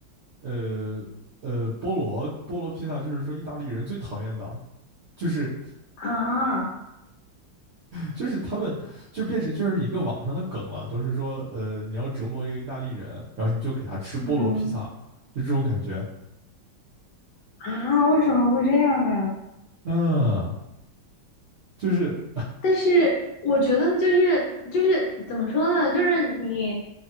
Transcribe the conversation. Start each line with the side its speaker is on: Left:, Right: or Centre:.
Right: 呃呃，菠萝菠萝披萨就是说意大利人最讨厌的，就是
Left: 啊，
Right: 就是他们就变成就是一个网上的梗了，都是说，呃，你要折磨一个意大利人，然后你就给他吃菠萝披萨，
Left: 嗯
Right: 就这种感觉。
Left: 啊，为什么会这样呢？
Right: 嗯，就是
Left: 但是我觉得就是就是怎么说呢，就是你，